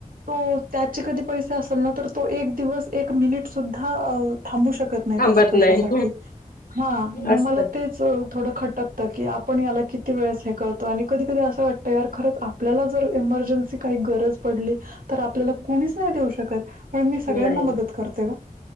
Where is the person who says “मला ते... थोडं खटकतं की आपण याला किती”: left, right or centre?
Right